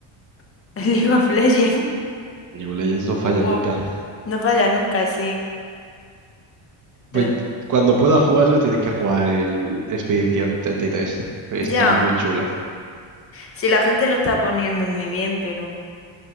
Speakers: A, on the left; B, on the right.
A: <laughs> el League of Legends.
B: League of Legends no falla
A: Wow.
B: nunca. <laughs>
A: No falla nunca, sí.
B: Pues
A: Eh,
B: cuando puedas jugarlo tienes que jugar el Expedición 33. que Está
A: Ya.
B: muy chulo.
A: Si la gente lo está poniendo muy bien, pero